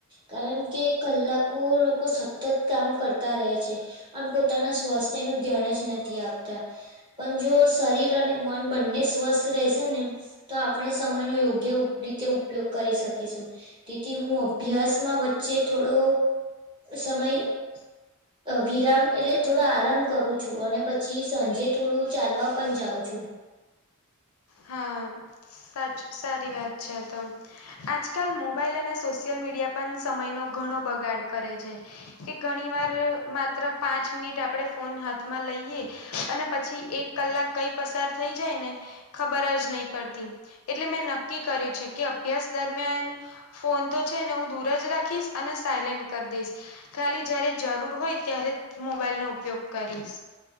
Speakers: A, on the right; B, on the left.
A: કારણ કે, કલાકો લોકો સતત કામ કરતા રહે છે. આમ પોતાના સ્વાસ્થ્યનું ધ્યાન જ નથી આપતા. પણ જો શરીર અને મન બંને સ્વસ્થ રહેશે ને. તો આપણે સમયનો યોગ્ય ઉપરી કે ઉપયોગ કરી શકીશું. તેથી હું અભ્યાસમાં વચ વચ્ચે થોડો સમય
B: <inaudible>
A: વિરામ એટલે થોડો આરામ કરું છું. અને પછી સાંજે થોડું ચાલવા પણ જાઉં છું.
B: હા સાચ સારી વાત છે આતો. આજકાલ મોબાઈલ અને સોશિયલ મીડિયા પણ સમયનો ઘણો બગાડ કરે છે. કે ઘણી વાર માત્ર પાંચ મિનિટ આપણેે ફોન હાથમાં લઈએ. અને પછી એક કલાક કઈ પસાર થઈ જાય ને ખબર જ નહી પડતી. એટલે મેં નક્કી કર્યું છે કે અભ્યાસ દરમિયાન ફોન તો છે ને હું દૂર જ રાખીશ અને સાયલેન્ટ કરી દઈશ. ખાલી જયારે જરૂર હોય ત્યારે જ મોબાઈલનો ઉપયોગ કરીશ.